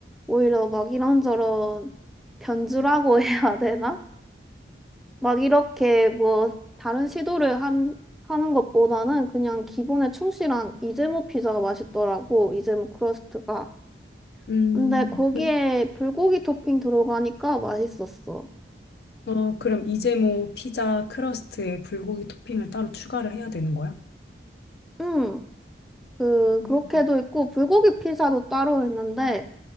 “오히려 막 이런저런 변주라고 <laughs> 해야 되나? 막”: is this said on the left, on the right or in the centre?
Centre